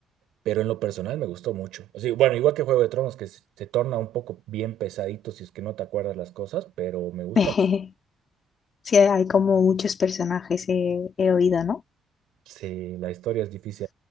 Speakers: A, on the right (about 85°); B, on the left (about 50°).
A: pero en lo personal me gustó mucho. O sea, bueno, igual que Juego de Tronos, que se, se torna un poco bien pesadito si es que no te acuerdas las cosas, pero me gusta.
B: <laughs> Sí, hay como muchos personajes, he, he oído, ¿no?
A: Sí, la historia es difícil